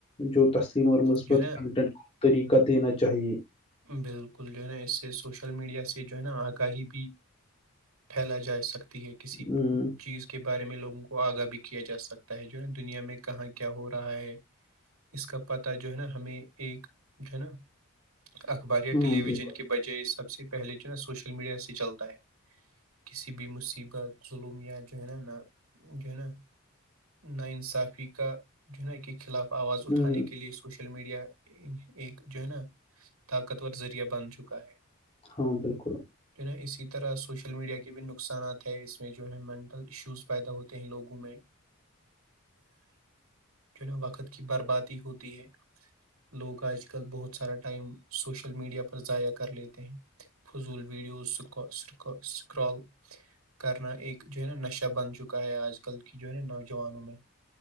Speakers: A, on the left (about 25°); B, on the right (about 80°).
A: جو تسلیم اور مثبت
B: جو ہے نا
A: طریق دینا چاہیے
B: بالکل جو ہے نا اس سے سوشل میڈیا سے جو ہے نا آگاہی بھی پھیلا جا سکتی ہے کسی
A: ہ
B: چیز کے بارے میں لگوں کو آگاہ بھی کیا جا سکتا ہے جو ہے دنیا میں کہاں کیا ہو رہا ہے اس کا پتاہ جو ہے نا ہمیں ایک جو ہے نا اخباریا
A: ہاں
B: ٹیلی
A: بالکل
B: ویژن کے بجائے سب سے پہلے جو ہے نا سوشل میڈیا سے چلتا ہے کسی بھی مصیبت ظلم یا جو ہے نا نا جو ہے نا ناانصافی کا جو ہےا کہ خلاف آواز اٹھانے
A: ہ
B: کے لیے سوشل میڈیا ایک جو ہے نا طاقتور ذریعہ بن چکا ہے
A: ہاں بالکل
B: جو نا اسی طرح سوشل میڈیا کے بھی نقصات ہے اس میں جو ہے مینٹل ایشوز پیدا ہوتے ہیں لوگوں میں
A: جی
B: جہیں وقت کی بربادی ہوتی ہے لوگ آج کل بہت سارا ٹائم سوشل میڈیا پر ضائع کر لیتے ہیں فضول ویڈیوزکک سکرال کرنا ایک جو ہے نا نشہ بن چکا ہے آج کل کی جو ہے نا نوجوانوں میں